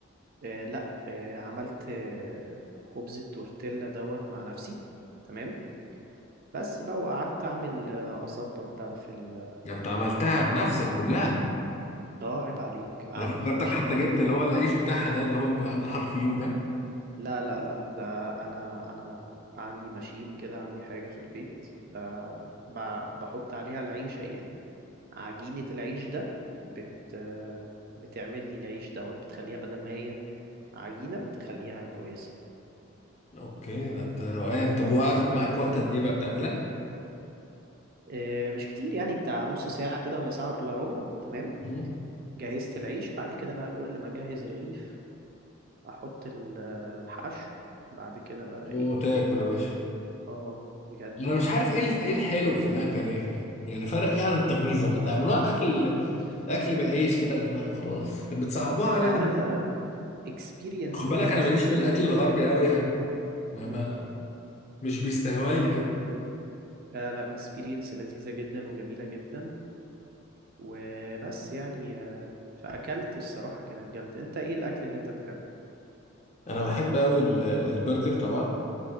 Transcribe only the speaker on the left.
ده انت عملتها
بنفسك كلها
انا فكرتك
حتى
جبت اللي هو العيش بتاعها ده اللي هو بيبقى عامل حرف يو ده
اوكي ده انت روقان طب وقعدت معاك وقت
قد ايه بقى بتعملها
مم.
وتاكل
يا باشا
انا
مش عارف ايه الف... ايه
الحلو
في الاكله ديت يعني يعني فرق ايه عن التغميزه ما تعملوها اكل
اكل بالعيش كده يا جماعه وخلاص بتصعبوها علينا
ليه؟
خد بالك
انا ماليش في الاكل الغربي قوي يعني ما...
ما... مش بيستهواني كده
انا بحب قوي ال- البرجر طبعا